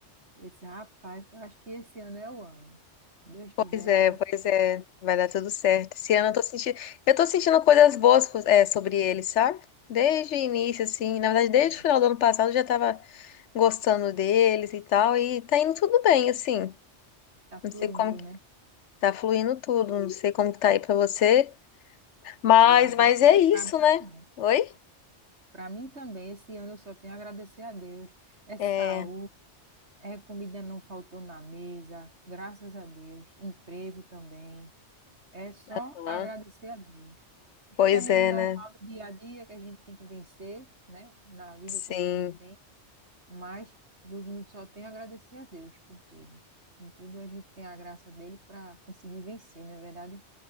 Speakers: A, on the right (about 65°); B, on the left (about 75°).
A: eu disse, rapaz, eu acho que esse ano é o ano. Deus quiser,
B: pois é,
A: vai dar
B: pois
A: certo.
B: é. Vai dar tudo certo. Esse ano eu tô sentindo, eu tô sentindo coisas boas, é, sobre ele, sabe? Desde o início, assim. Na verdade, desde
A: <laughs>
B: o final do ano passado eu já tava gostando deles e tal. E tá indo tudo bem, assim.
A: Tá fluindo,
B: Não sei como que
A: né?
B: tá fluindo tudo. Não sei como que tá aí pra você. Mas,
A: Graças
B: mas
A: a Deus.
B: é isso,
A: Para mim
B: né?
A: também.
B: Oi?
A: Para mim também, esse ano eu só tenho a agradecer a Deus. É
B: É.
A: saúde, é comida não faltou na mesa, graças a Deus. Emprego também. É só
B: aham.
A: agradecer a Deus. Os
B: Pois
A: perrengues
B: é,
A: normal
B: né?
A: do dia a dia que a gente tem que vencer, né? Na vida
B: Sim.
A: como a gente tem. Mas tudo- não- só tem a agradecer a Deus por tudo. Em tudo a gente tem a graça dele para conseguir vencer, não é verdade?